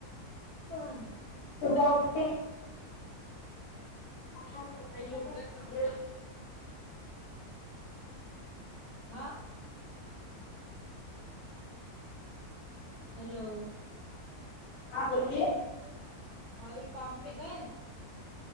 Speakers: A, on the right (about 60°); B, on the left (about 70°).
A: چھا <unintelligible>
B: تو با ا چ <unintelligible>
A: بھائی لوگ گئے کام پر ہاں ہیلو
B: ہاں بوولے
A: بھائی کام پہ گئے